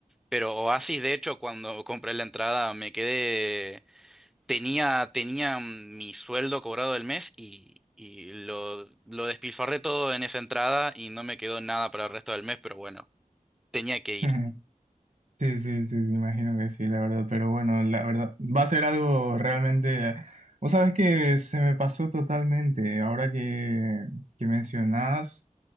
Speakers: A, in the centre; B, on the right.
A: pero Oasis de hecho cuando compré la entrada me quedé tenía, tenía mi sueldo cobrado del mes y, y lo, lo despilfarré todo en esa entrada y no me quedó nada para el resto del mes, pero bueno, tenía que ir.
B: <laughs> Sí, sí, sí, sí, imagino que sí, la verdad, pero bueno, la verdad, va a ser algo realmente, eh, vos sabés que se me pasó totalmente, ahora que, que mencionás,